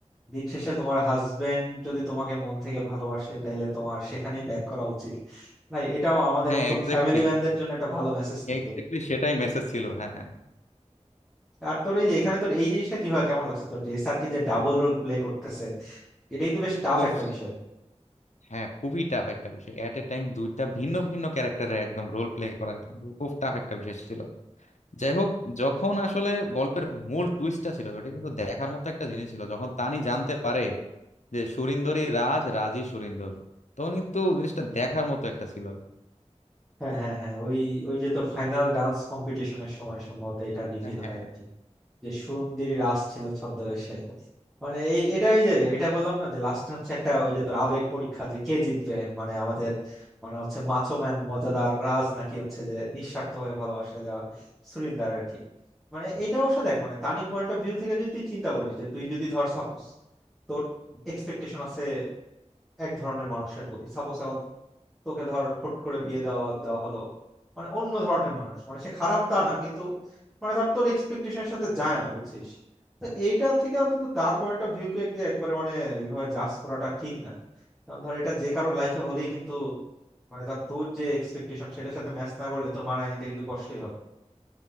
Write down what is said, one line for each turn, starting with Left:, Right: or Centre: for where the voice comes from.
Centre: দিন শেষে তোমার হাজবেন্ড যদি তোমাকে মন থেকে ভালোবাসে তাহলে তোমার সেখানেই ব্যাক করা উচিত ভাই এটাও আমাদের
Left: হ্যাঁ
Centre: মতো
Left: এক্স্যাক্টলি
Centre: ফ্যামিলি ম্যানদের জন্য একটা ভালো মেসেজ কিন্তু
Left: এক্স্যাক্টলি সেটাই মেসেজ ছিল হ্যাঁ
Centre: আর তোর এই যে এখানে তোর এই জিনিসটা কিভাবে কেমন লাগছে তোর যে এসআরকে যে ডাবল রোল প্লে করতেছে এটা কিন্তু বেশ টাফ
Left: ওফ
Centre: একটা বিষয়
Left: হ্যাঁ খুবই টাফ একটা বিষয় এট এ টাইম দুইটা ভিন্ন ভিন্ন ক্যারেক্টারে একদম রোল প্লে করা এটা কিন্তু খুব টাফ একটা বিষয় ছিল যাই হোক যখন আসলে গল্পের মূল টুইস্টটা ছিল ওটা কিন্তু দেখার মতো একটা জিনিস ছিল যখন তানি জানতে পারে যে সুরিন্দরই রাজ রাজই সুরিন্দর তখন কিন্তু জিনিসটা দেখার মতো একটা ছিল
Centre: হ্যাঁ হ্যাঁ হ্যাঁ ওই ওই যে তোর ফাইনাল ডান্স কম্পিটিশনের সময় সম্ভবত এটা রিভিল
Left: হ্যাঁ
Centre: হয় আর কি যে সুরুন্দিরি রাস ছিল ছদ্মবেশে মানে এই এটা ওই যে এটা বললাম না যে লাস্ট হচ্ছে একটা ওই যে তোর আবেগ পরীক্ষা যে কে জিতবে মানে আমাদের মানে হচ্ছে মাচো ম্যান মজাদার রাজ নাকি হচ্ছে যে নিঃস্বার্থ ভাবে ভালোবাসা দেওয়া সুরিন্দার আর কি মানে এইটা অবশ্য দেখ মানে তানির পয়েন্ট অফ ভিউ থেকে যদি তুই চিন্তা করিস যে তুই যদি ধর সাপোজ তোর এক্সপেকটেশন আছে এক ধরনের মানুষের প্রতি সাপোজ এখন তোকে ধর হুট করে বিয়ে দেওয়া দেওয়া হলো মানে অন্য ধরনের মানুষ মানে সে খারাপ তা না কিন্তু মানে ধর তোর এক্সপেকটেশনের সাথে যায় না বুঝছিস তো এইটা থেকেও কিন্তু তার পয়েন্ট অফ ভিউকে যে একবারে মানে এইভাবে জাজ করাটা ঠিক না কারণ ধর এটা যে কারো লাইফে হলেই কিন্তু মানে ধর তোর যে এক্সপেকটেশন সেটার সাথে ম্যাচ না করলে তোর মানায় নিতে কিন্তু কষ্টই হবে